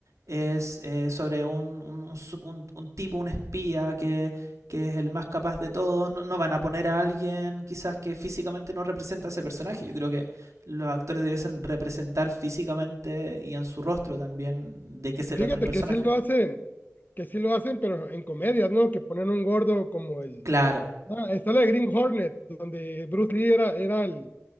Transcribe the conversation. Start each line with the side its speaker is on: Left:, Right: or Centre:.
Right: es eh, sobre un, un- un su- un- un tipo, un espía que, que es el más capaz de todos, no, no van a poner a alguien quizás que físicamente no representa a ese personaje. Yo creo que los actores debiesen representar físicamente y en su rostro también de qué se trata
Left: Fíjate
Right: el personaje.
Left: que sí lo hacen, que sí lo hacen, pero en comedias, ¿no? Que ponen un gordo como el...
Right: Claro,
Left: Ah, está la de Green Hornet, donde Bruce Lee era, era el,